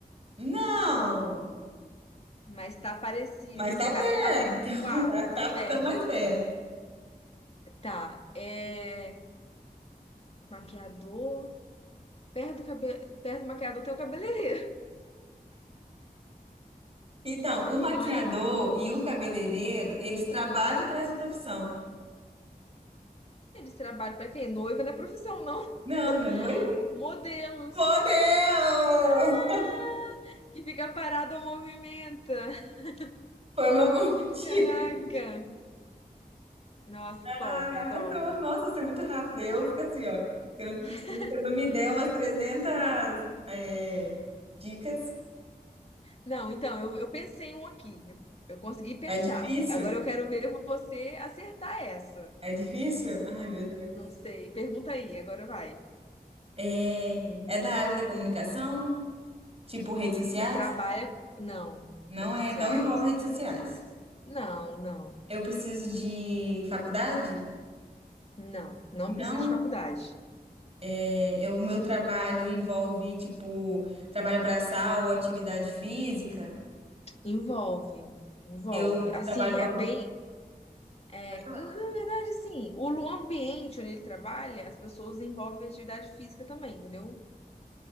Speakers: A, on the right; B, on the left.
A: Não!
B: mas tá parecido,
A: Mas
B: assim,
A: tá
B: tá,
A: perto,
B: tá,
A: <laughs>
B: pá,
A: tá, tá
B: tá perto.
A: ficando mais perto.
B: Tá, é. Maquiador. Perto do, cabe... Perto do maquiador tem o cabeleireiro,
A: Então, o maquiador
B: não é?
A: e o cabeleireiro, eles trabalham para essa profissão.
B: Eles trabalham pra quem? Noiva não é profissão, não.
A: Não,
B: <laughs>
A: não é noivo?
B: Modelos.
A: Modelo!
B: Ah, que fica parado ou movimenta. <laughs>
A: Foi uma boa <laughs> dica.
B: Caraca. Nossa, top,
A: Ai, arrasou.
B: top.
A: Nossa, você é muito rápido. Eu fico assim, ó. Se eu
B: <laughs>
A: não, se eu não me der umas 300 é, dicas,
B: Não, então, eu, eu pensei em um aqui. Eu consegui pensar.
A: é difícil.
B: Agora eu quero ver você acertar essa.
A: É difícil? Ai, meu Deus.
B: Não sei. Pergunta aí, agora vai.
A: É, é da área da comunicação? Tipo redes sociais?
B: Trabalha. Não.
A: Não
B: Redes
A: é,
B: sociais?
A: não envolve redes sociais.
B: Não, não.
A: Eu preciso de faculdade?
B: Não. Não precisa
A: Não?
B: de faculdade.
A: É, eu- o meu trabalho envolve, tipo, trabalho braçal ou atividade física.
B: Envolve. Envolve.
A: Eu
B: Assim,
A: trabalho com
B: é
A: algum.
B: bem. é,
A: Pode falar.
B: na verdade, assim, o lu- ambiente onde ele trabalha, as pessoas envolvem atividade física também, entendeu?